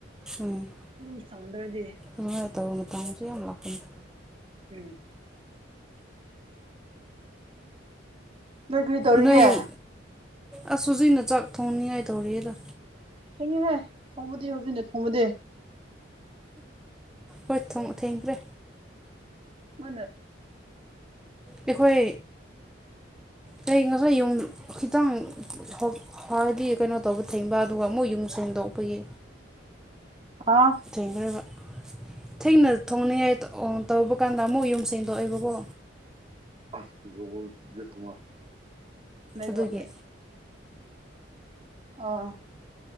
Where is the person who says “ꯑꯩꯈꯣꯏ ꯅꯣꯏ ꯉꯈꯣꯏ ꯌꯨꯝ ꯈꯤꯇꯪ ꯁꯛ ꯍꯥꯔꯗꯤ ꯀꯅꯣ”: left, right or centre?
Centre